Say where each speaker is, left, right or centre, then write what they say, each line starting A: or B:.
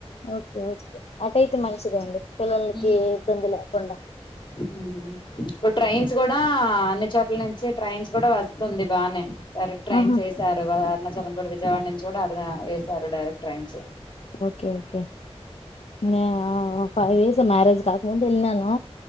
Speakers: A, on the left (about 75°); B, on the left (about 45°).
A: ఓకే ఓకే అటైతే మంచిదే అండి పిల్లలకి
B: మ్మ్
A: ఇబ్బంది లేకుండా
B: మ్మ్ ఇప్పుడ్ ట్రైన్స్ కూడా అన్ని చోట్ల నించి ట్రైన్స్ కూడా వస్తుంది బానే కరెక్ట్ ట్రైన్స్
A: ఆహా
B: వేశారు కాద అరుణాచలం బోర్డు విజయవాడ నుంచి కూడా ఆ ఎసారు డైరెక్ట్ ట్రైన్స్
A: ఓకే ఓకే నే ఆఆ ఫైవ్ ఇయర్స్ మ్యారేజ్ కాకముందు వెళ్ళినాను